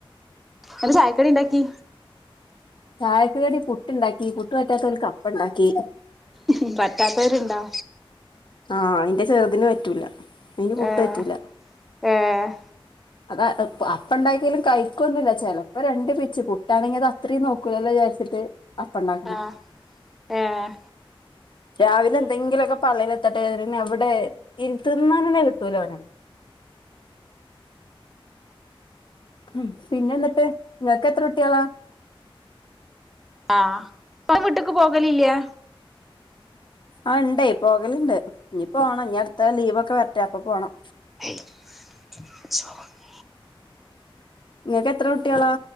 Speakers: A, in the centre; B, on the left (about 55°).
A: എന്ത് ചായക്ക് കടി ഉണ്ടാക്കി
B: ചായക്ക് കടി പുട്ടുണ്ടാക്കി പുട്ട് പറ്റാത്തോൽക്ക് അപ്പം ഉണ്ടാക്കി
A: ഉ പറ്റാത്തവരുണ്ടാ
B: ആഹ് എന്റെ ചെറുതിന് പറ്റൂല അയിന് പുട്ട്
A: ആഹ്
B: പറ്റൂല
A: ആഹ്
B: അത് അപ്പം ഉണ്ടാക്കിയാലും കഴിക്കുവൊന്നുവില്ല ചിലപ്പോ രണ്ട് പിച്ച് പുട്ടാണെങ്കിൽ അത് അത്രയും നോക്കൂലല്ലോ വിചാരിച്ചിട്ട് അപ്പണ്ടാക്കണേ
A: ആഹ് ഏഹ്
B: രാവിലെ എന്തെങ്കിലുമൊക്കെ പള്ളയിലെത്തട്ടെ ഇരുന്ന് അവിടെ ഇരുത്തി തിന്നാൻ കിട്ടൂല അവന് ഉം പിന്നെ എന്നിട്ട് നിങ്ങക്ക് എത്ര കുട്ടികളാ
A: ആഹ് ഇങ്ങടെ വീട്ടുക്ക് പോകലില്ല്യാ
B: ആഹ് ഉണ്ടേ പോകലുണ്ട് ഇനി പോണം ഇനി അടുത്ത ലീവൊക്കെ വരട്ടെ അപ്പൊ പോണം
A: <unintelligible>
B: നിങ്ങൾക്ക് എത്ര കുട്ടികളാ